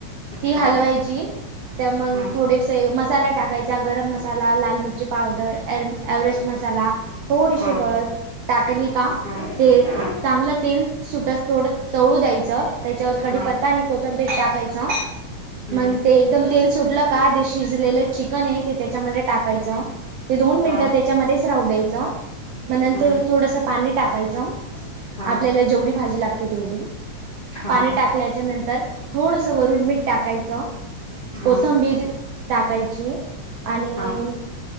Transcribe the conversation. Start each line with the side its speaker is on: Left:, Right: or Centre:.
Left: अच्छा
Right: ती हलवायची त्या मग
Left: हा
Right: थोडे मसाला टाकायचा गरम मसाला लाल मि पावडर एव्हरेस्ट मसाला थोडीशी
Left: हा
Right: हळद टाकली काम
Left: हा
Right: ते
Left: हा
Right: चांगलं तेल सुटत थोडं तळू द्यायचं त्याच्यावर कडीपत्ता
Left: हा
Right: आणि कोथंबीर टाकायचं
Left: हम्म
Right: मग ते एकदम तेल सुटलं शिजलेलं चिकन आहे ते त्याच्यामध्ये टाकायच ते दोन मिनट
Left: हा
Right: त्या राहू द्यायच मग नंतर
Left: हम्म
Right: थोडस पाणी टाकायच
Left: हा
Right: आपल्याला जेवढी भाजी लागते तेवढी
Left: हा
Right: पाणी टाक नंतर थोडस वरून मीठ टाकायचं
Left: हा
Right: कोथंबीर टाकायची आणि
Left: हा